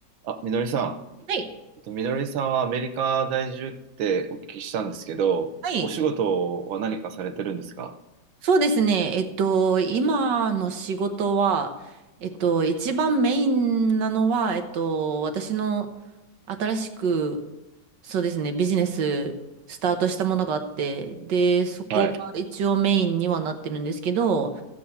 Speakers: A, on the right; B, on the right.
A: あ、みのりさん。
B: はい。
A: えっと、みのりさんはアメリカ在住ってお聞きしたんですけど、
B: はい。
A: お仕事は何かされてるんですか
B: そうですね。えっと、今の仕事は、えっと、一番メインなのは、えっと、私の新しく、そうですね、ビジネススタートしたものがあって、で、そこが一応メインにはなってるんですけど、
A: はい。